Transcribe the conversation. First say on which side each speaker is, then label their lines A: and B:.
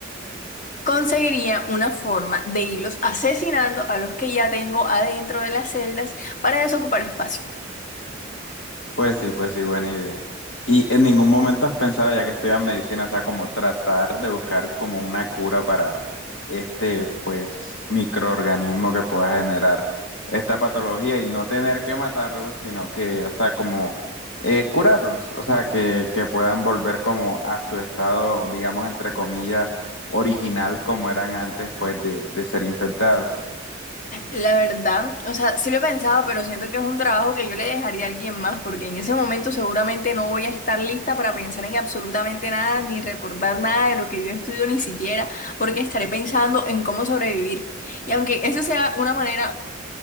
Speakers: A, on the left; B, on the left.
A: Conseguiría una forma de irlos asesinando a los que ya tengo adentro de las celdas para desocupar espacio.
B: Pues sí, pues sí, buena idea. Y en ningún momento has pensado, ya que estudias medicina, o sea, como tratar de buscar como una cura para este, pues, microorganismo que pueda generar esta patología y no tener que matarlos, sino que, o sea, como eh, curarlos, o sea, que, que puedan volver como a su estado, digamos, entre comillas, original como eran antes, pues, de, de ser infectados.
A: La verdad, o sea, sí lo he pensado, pero siento que es un trabajo que yo le dejaría a alguien más, porque en ese momento seguramente no voy a estar lista para pensar en absolutamente nada, ni recordar nada de lo que yo estudio ni siquiera, porque estaré pensando en cómo sobrevivir. Y aunque esa sea una manera